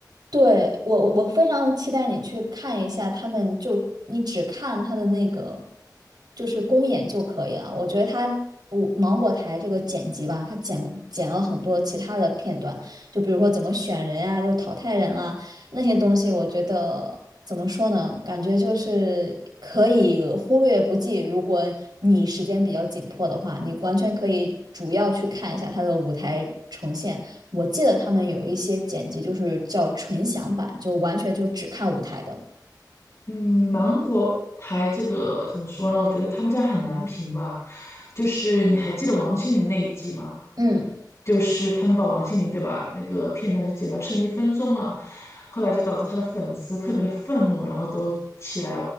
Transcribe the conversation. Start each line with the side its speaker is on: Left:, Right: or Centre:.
Right: 对，我我我非常期待你去看一下他们就你只看他的那个就是公演就可以了。我觉得他我芒果台这个剪辑吧，他剪剪了很多其他的片段，就比如说怎么选人啊，就淘汰人啊那些东西，我觉得怎么说呢？感觉就是可以忽略不计。如果你时间比较紧迫的话，你完全可以主要去看一下他的舞台呈现。我记得他们有一些剪辑就是叫纯享版，就完全就只看舞台的。
Left: 嗯，芒果台这个怎么说呢？我觉得他们家很难评吧，就是你还记得王心凌那一季吗？
Right: 嗯，
Left: 就是他们把王心凌对吧那个片段就剪到剩一分钟了，后来就导致他的粉丝特别的愤怒，然后都起来，